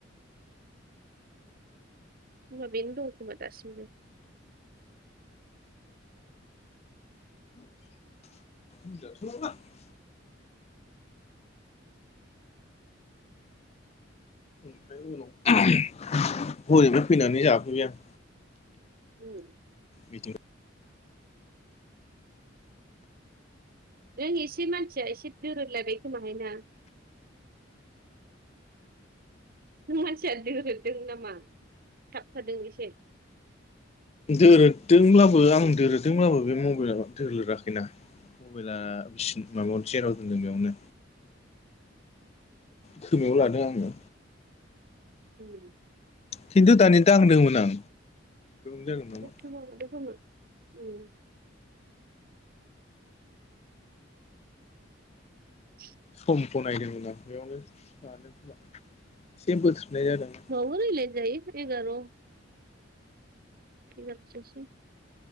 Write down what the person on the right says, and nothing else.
महा बेनो दंखोमा दासिमबो
उम
नों एसे मानसिया एसे दुरुनलायबाय खोमाहाय ना नों मानसिया दोरोदों नामा थाबथादों एसे
उम
<unintelligible>
<inaudible>
गरलाय जायो एगार बिगससै